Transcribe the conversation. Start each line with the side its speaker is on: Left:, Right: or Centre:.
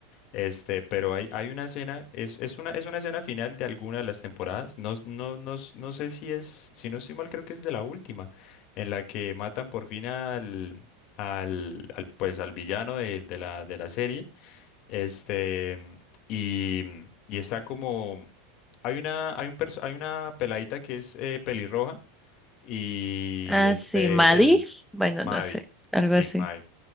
Left: Este, pero hay, hay una escena, es, es una, es una escena final de alguna de las temporadas. No, no, no, s- no sé si es, si no estoy mal, creo que es de la última, en la que matan por fin al, al, al, pues, al villano de, de la, de la serie. Este, y, y está como, hay una, hay un perso- hay una peladita que es eh, pelirroja y
Centre: Ah,
Left: este,
Centre: sí, Maddie.
Left: el
Centre: Bueno,
Left: Mahdi,
Centre: no sé, algo
Left: sí,
Centre: así.
Left: Mahdi.